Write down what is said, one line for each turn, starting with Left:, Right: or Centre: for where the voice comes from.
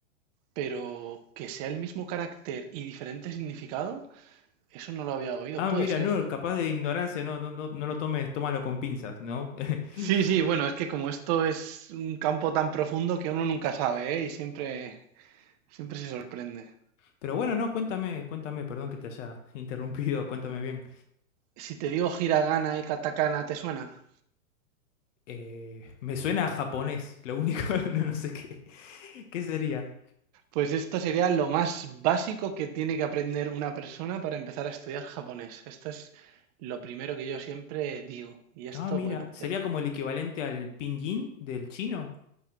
Right: pero que sea el mismo carácter y diferente significado, eso no lo había oído,
Left: Ah,
Right: puede
Left: mira,
Right: ser.
Left: no, capaz de ignorancia, no, no, no, no lo tomes, tómalo con pinzas, ¿no? <laughs>
Right: Sí, sí, bueno, es que como esto es un campo tan profundo que uno nunca sabe, ¿eh? Y siempre, siempre se sorprende.
Left: Pero bueno, no, cuéntame, cuéntame, perdón que te haya interrumpido, cuéntame bien.
Right: Si te digo hiragana y katakana, ¿te suena?
Left: Eh, me suena a japonés, lo único, <laughs> no, no sé qué, qué sería.
Right: Pues esto sería lo más básico que tiene que aprender una persona para empezar a estudiar japonés. Esto es lo primero que yo siempre digo. Y esto,
Left: Ah, mira,
Right: bueno,
Left: sería
Right: de-
Left: como el equivalente al pinyin del chino.